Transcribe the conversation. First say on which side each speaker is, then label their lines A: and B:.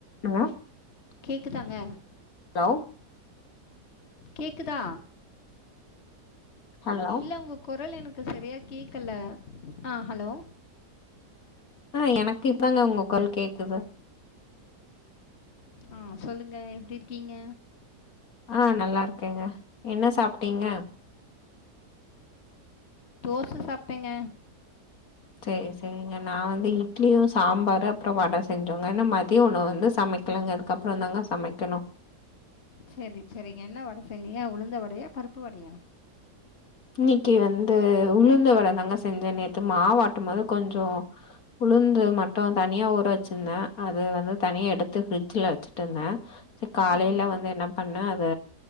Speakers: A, on the left; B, on the left.
A: நல்லா
B: கேக்குதாங்க
A: ஹலோ
B: கேக்குதா
A: ஹலோ
B: இல்ல உங்க கொரல் எனக்கு சரியா கேக்கல ஆ ஹலோ
A: ஆ எனக்கு இப்பங்க உங்க கொரல் கேக்குது
B: ஆ சொல்லுங்க எப்டி இருக்கீங்க
A: ஆ நல்லா இருக்கேங்க என்ன சாப்டீங்க
B: தோச சாப்டேங்க
A: சரி சரிங்க நா வந்து இட்லியு சாம்பாரு அப்றோ வட செஞ்சோங்க இன்னு மதிய உணவு வந்து சமைக் கிலங்க இதுக்கப்றோ தாங்க சமைக்கணு
B: செரி செரிங்க என்ன வட செஞ்சீங்க உளுந்த வடையா பருப்பு வடையா
A: இன்னக்கி வந்து உளுந்த வட தாங்க செஞ்சோ நேத்து மாவாட்டும்போது கொஞ்சோ உளுந்து மட்டு தனியா ஊற வச்சிருந்த அது வந்து தனியா எடுத்து ஃப்ரிட்ஜுல வச்சுட்டுந்த ச காலேல
B: சரி
A: வந்து என்ன பண்ண அத